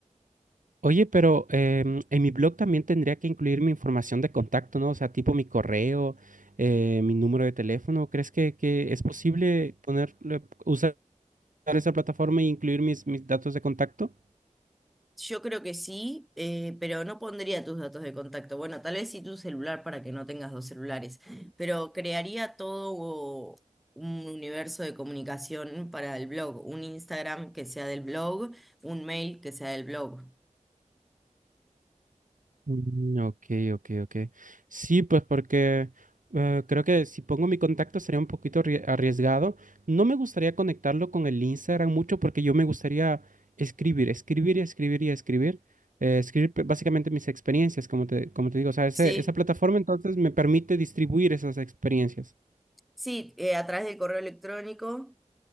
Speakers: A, on the right; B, in the centre.
A: Oye, pero em, en mi blog también tendría que incluir mi información de contacto, ¿no? O sea, tipo mi correo, eh, mi número de teléfono. ¿Crees que, que es posible poner, usar esa plataforma e incluir mis, mis datos de contacto?
B: Yo creo que sí, eh, pero no pondría tus datos de contacto. Bueno, tal vez sí tu celular para que no tengas dos celulares, pero crearía todo un universo de comunicación para el blog, un Instagram que sea del blog, un mail que sea del blog.
A: Mm, Ok, ok, ok. Sí, pues porque eh, creo que si pongo mi contacto sería un poquito arrie- arriesgado. No me gustaría conectarlo con el Instagram mucho porque yo me gustaría escribir, escribir y escribir y escribir. eh, escribir pe- básicamente mis experiencias, como te, como te digo. O sea, ese-
B: Sí,
A: esa plataforma entonces me permite distribuir esas experiencias.
B: sí, eh, a través del correo electrónico.